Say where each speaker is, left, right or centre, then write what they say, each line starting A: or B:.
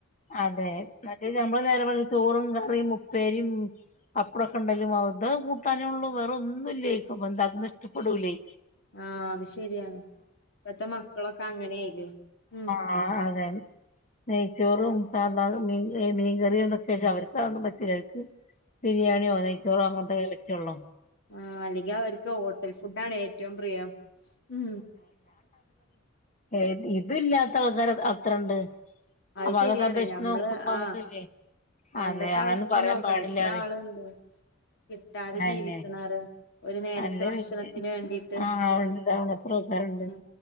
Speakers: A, on the left (about 35°); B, on the left (about 55°).
A: അതെ മറ്റേ ഞമ്മള് നേരം വെള്ത്ത് ചോറും, കറിം, ഉപ്പേരിം പപ്പടൊക്കെണ്ടായാലും അത കൂട്ടാനേ ഉള്ളൂ വേറെ ഒന്നുംല്ലേക്കും അപ്പൊ എന്താ അതൊന്നും ഇഷ്ടപ്പെടൂലേ
B: ആ അത് ശെരിയാണ് ഇപ്പത്തെ മക്കളൊക്കെ അങ്ങനെയ്നു ഉം
A: ആ അതെ നെയ്ച്ചോറും സാബാറും മീൻ മീൻകറിയും ന്നൊക്കെച്ച അവര് ഇച്ചതൊന്നും പറ്റുല ഇച്ച് ബിരിയാണിയോ, നെയ്‌ച്ചോറോ അങ്ങനത്തൊക്കെ പറ്റൊള്ളൊ
B: ആ അല്ലെങ്കിൽ അവർക്ക് ഹോട്ടൽ ഫുഡാണ് ഏറ്റവും പ്രിയം മ്മ്
A: ഏഹ് ഇത് ഇത് ഇല്ലാത്ത ആൾക്കാര് അത്രണ്ട്
B: അയ്
A: അപ്പൊ
B: ശരിയാണ്
A: അതൊക്കെ അപേക്ഷിച്ച്
B: ഞമ്മള്
A: നോക്കുമ്പോ നമുക്കില്ലേ
B: ആ പണ്ടത്തെ
A: അതെ അങ്ങനൊന്നും
B: അവസ്ഥിം
A: പറയാൻ
B: നോക്കണെ
A: പാടില്ലാറിയും
B: എത്ര ആൾണ്ട് കിട്ടാതെ
A: അയെന്നെ
B: ജീവിക്ക്ണാര് ഒരു നേരത്തെ
A: അല്ല
B: ഭക്ഷണത്തിന്
A: പിന്നെ
B: വേണ്ടീട്ട്
A: ആഹ് ഉണ്ട് ഇതാണ് എത്ര ആൾക്കാരുണ്ട്
B: ആ